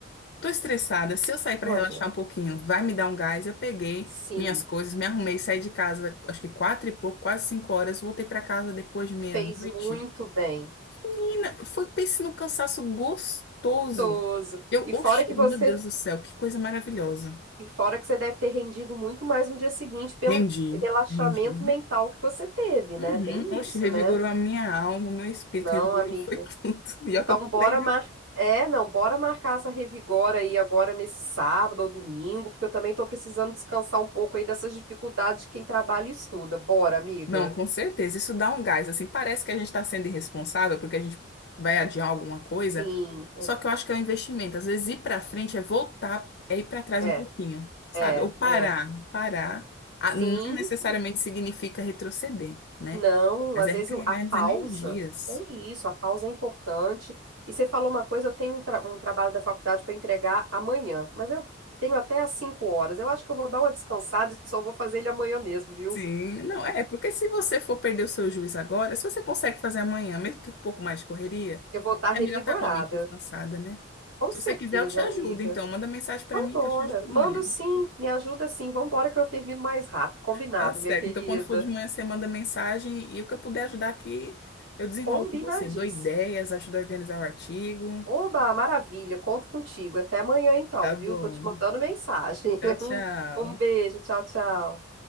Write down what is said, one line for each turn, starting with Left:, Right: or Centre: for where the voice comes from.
Left: tô estressada. Se eu sair pra
Right: não
Left: relaxar
Right: adianta.
Left: um pouquinho, vai me dar um gás. Eu peguei
Right: Sim,
Left: minhas coisas, me arrumei, saí de casa, acho que quatro e pouco, quase cinco horas. Voltei pra casa depois de meia-noite.
Right: fez muito bem.
Left: Menina, foi, pense num cansaço gostoso.
Right: Toso.
Left: Eu,
Right: E
Left: oxe,
Right: fora que você
Left: meu Deus do céu, que coisa maravilhosa.
Right: E fora que você deve ter rendido muito mais no dia seguinte pelo
Left: Rendi,
Right: relaxamento
Left: rendi.
Right: mental que você teve, né?
Left: Uhum.
Right: Tem
Left: Oxe,
Right: isso,
Left: revigorou
Right: né?
Left: a minha alma, o meu espírito
Right: Não,
Left: revigorou,
Right: amiga.
Left: foi tudo. <laughs> E olha
Right: Então,
Left: que eu pulei,
Right: bora
Left: viu?
Right: mar... É, não, bora marcar essa revigora aí agora nesse sábado ou domingo, porque eu também tô precisando descansar um pouco aí dessas dificuldades de quem trabalha e estuda. Bora, amiga.
Left: Não, com certeza. Isso dá um gás, assim. Parece que a gente está sendo irresponsável porque a gente vai adiar alguma coisa.
Right: Sim.
Left: Só que eu acho que é um investimento. Às vezes ir para frente é voltar, é ir para trás
Right: É,
Left: um pouquinho, sabe?
Right: é,
Left: Ou parar.
Right: é. é.
Left: Parar ah,
Right: Sim,
Left: não necessariamente significa retroceder, né?
Right: Não,
Left: Mas
Right: às
Left: é
Right: vezes
Left: recarregar
Right: o- a pausa,
Left: as energias.
Right: é isso, a pausa é importante. E você falou uma coisa, eu tenho um, tra- um trabalho da faculdade para entregar amanhã, mas eu tenho até às 5 horas. Eu acho que eu vou dar uma descansada e só vou fazer ele amanhã mesmo, viu?
Left: Sim, não é, porque se você for perder o seu juiz agora, se você consegue fazer amanhã, mesmo que com um pouco mais de correria,
Right: Eu vou estar revigorada.
Left: É melhor estar com a mente descansada, né?
Right: Com
Left: Se
Right: certeza,
Left: você quiser, eu te ajudo.
Right: amiga.
Left: Então, manda mensagem para
Right: Então,
Left: mim
Right: bora.
Left: que eu te ajudo, mulher.
Right: Mando sim, me ajuda sim. Vambora que eu termino mais rápido. Combinado,
Left: Tá certo.
Right: minha querida.
Left: Então, quando for de manhã, você manda mensagem e o que eu puder ajudar aqui, eu desenrolo
Right: Combinadíssimo.
Left: com você. Dou ideias, ajudo a organizar o artigo.
Right: Oba, maravilha, conto contigo. Até amanhã então,
Left: Tá
Right: viu?
Left: bom.
Right: Tô te mandando mensagem.
Left: Tchau,
Right: <laughs>
Left: tchau.
Right: Um, um beijo, tchau, tchau.